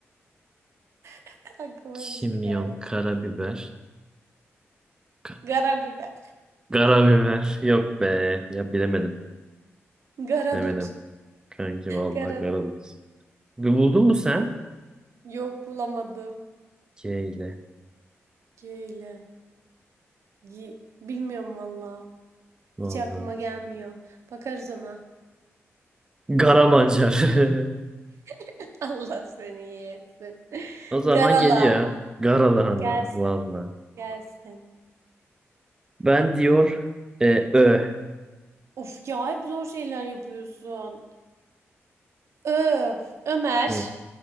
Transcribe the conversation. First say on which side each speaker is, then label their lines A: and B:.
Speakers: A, on the right; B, on the right.
A: <laughs> Aklıma
B: kimyon,
A: bir şey geldi.
B: karabiber. Ka-
A: Karabiber.
B: Karabiber. Yok be. Ya bilemedim.
A: Garadut.
B: Bilemedim. Kanki vallahi
A: Garadut.
B: karabiber. Bir buldun mu sen?
A: Yok bulamadım.
B: K ile.
A: G ile. Gi. Bilmiyorum valla.
B: Vallahi.
A: Hiç aklıma gelmiyor. Bakarız ona.
B: Garamancar. <laughs>
A: <laughs> Allah seni iyi etsin. <laughs>
B: O zaman
A: Garalı
B: geliyor.
A: ama.
B: Garalahana.
A: Gelsin,
B: Vallahi.
A: gelsin.
B: Ben diyor e, Ö.
A: Of ya hep zor şeyler yapıyorsun. Ö, Ömer.
B: Hı.